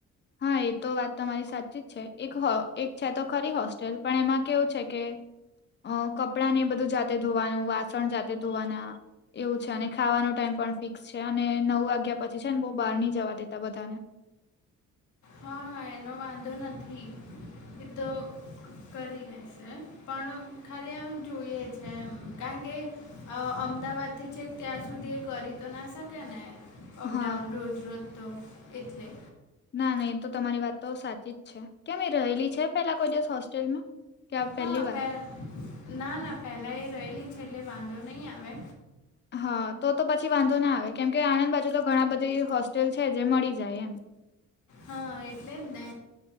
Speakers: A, on the left; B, on the left.
A: હા એ તો વાત તમારી સાચી જ છે એક એક છે તો ખરી હોસ્ટેલ પણ એમાં કેવું છે કે, અ કપડાં ને એ બધું જાતે ધોવાનું વાસણ જાતે ધોવાના. એવું છે અને ખાવાનો ટાઈમ પણ ફિક્સ છે. અને નવ વાગ્યા પછી છે ન બઉ બહાર ની જવા દેતા બધાને
B: હા હા એનો વાંધો નથી એ તો કરી લેશે. પણ ખાલી આમ જોઈએ છે એમ કારણ કે અમદાવાદથી છેક ત્યાં સુધી એ કરી તો ના શકે ને અપડાઉન
A: હા
B: રોજ રોજ તો એટલે
A: ના નહી તો તમારી વાત તો સાચી જ છે કેમ એ રહેલી છે પેલા કોઈ દિવસ હોસ્ટેલમાં? કે આ પહેલી
B: હા
A: વાર
B: પે ના ના પહેલા એ રહેલી છે એટલે વાંધો નહીં આવે.
A: હા તો તો પછી વાંધો ના આવે કેમ કે આણંદ બાજુ તો ઘણા બધે હોસ્ટેલ છે જે મળી જાય એમ.
B: હા એટલે જ ને.